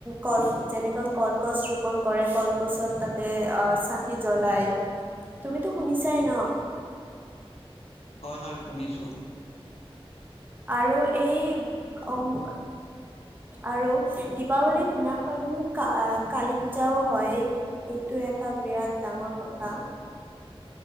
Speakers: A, on the right (about 20°); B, on the left (about 80°).
A: কল যেনেকৈ কলগছ ৰোপন কৰে কলগছত তাতে অ চাকি জ্বলাই তুমিতো শুনিছাই ন।
B: হয় হয় শুনিছোঁ।
A: আৰু এই অম আৰু দীপাৱলীৰ দিনাখন কালী পূজাও হয় এইটো এটা বিৰাট ডাঙৰ কথা।